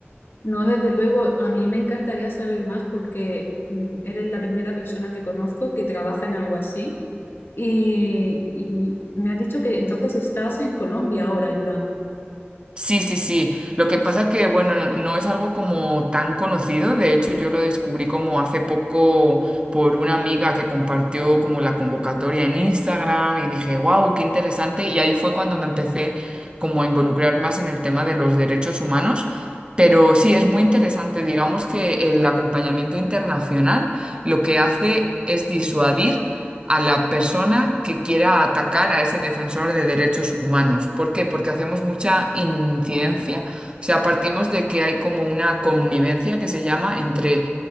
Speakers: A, on the left; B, on the right.
A: No, desde luego, a mí me encantaría saber más porque mm, eres la primera persona que conozco que trabaja en algo así. Y, y me has dicho que entonces estás en Colombia ahora ayudando.
B: Sí, sí, sí. Lo que pasa que, bueno, no, no es algo como tan conocido. De hecho, yo lo descubrí como hace poco por una amiga que compartió como la convocatoria en Instagram y dije, wow, qué interesante. Y ahí fue cuando me empecé como a involucrar más en el tema de los derechos humanos. Pero sí, es muy interesante. Digamos que el acompañamiento internacional lo que hace es disuadir a la persona que quiera atacar a ese defensor de derechos humanos. ¿Por qué? Porque hacemos mucha incidencia, o sea, partimos de que hay como una connivencia que se llama entre